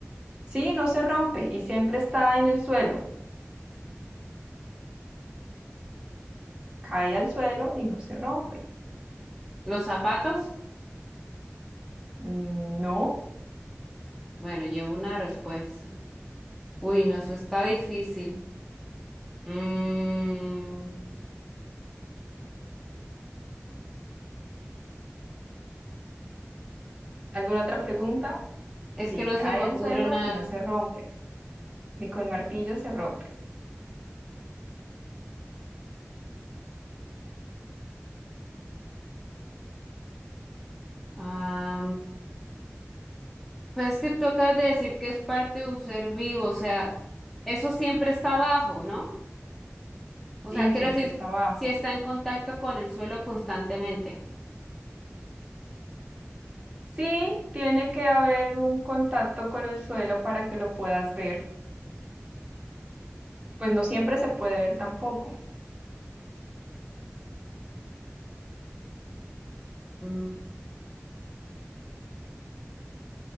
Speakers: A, on the right; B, in the centre.
A: Sí, no se rompe y siempre está en el suelo. Cae al suelo y no se rompe.
B: ¿Los zapatos?
A: Mm, No.
B: Bueno, llevo una respuesta. Uy, no, eso está difícil. Mm,
A: ¿Alguna otra pregunta?
B: es
A: Sí,
B: que no
A: cae
B: se me ocurre
A: al suelo
B: nada.
A: y no se rompe. Ni con martillo se rompe.
B: Ah, pues es que tú acabas de decir que es parte de un ser vivo, o sea, eso siempre está abajo, ¿no? O
A: Y
B: sea, quiero
A: siempre
B: decir,
A: está abajo.
B: si está en contacto con el suelo constantemente.
A: Sí, tiene que haber un contacto con el suelo para que lo puedas ver. Pues no siempre se puede ver tampoco.
B: Mm,